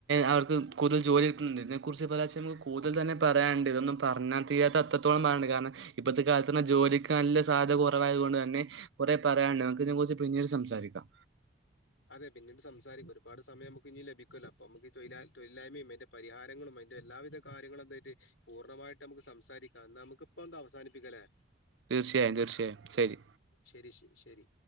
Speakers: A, on the right; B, on the left.
A: അവർക്ക് കൂടുതൽ ജോലി കിട്ടുന്നുണ്ട് ഇതിനെക്കുറിച്ച് പറയാർച്ച നമുക്ക് കൂടുതൽ തന്നെ പറയുണ്ട് ഇതൊന്നും പറഞ്ഞാ തീരത്താ എത്രത്തോളം പറയണ്ട് കാരണം ഇപ്പഴത്തെ കാലത്ത് ജോലിക്ക് നല്ല സാധ്യത കൊറവായതുകൊണ്ട് തന്നെ കൊറെ പറ പറയാണ്ട് നമക്ക് ഇതിനെ കുറിച്ച് പിന്നീട് സംസാരിക്കാം.
B: അതെ പിന്നീട് സംസാരിക്കും ഒരുപാട് സമയം നമുക്ക് ഇനിമ് ലഭിക്കുവല്ലോ അപ്പോ നമുക്ക് തൊ തൊഴിലായ്മയും അയിന്റെ പരിഹാരങ്ങളും അതിന്റെ എല്ലാവിധ കാര്യങ്ങളും എന്തായിട്ട് പൂർണ്ണമായിട്ട് നമുക്ക് സംസാരിക്കാം എന്നാ നമുക് ഇപ്പ എന്താ അവസാനിപ്പിക്കാല്ലേ?
A: തീർച്ചയായും തീർച്ചയായും ശെരി
B: ശെരി ശ് ശെരി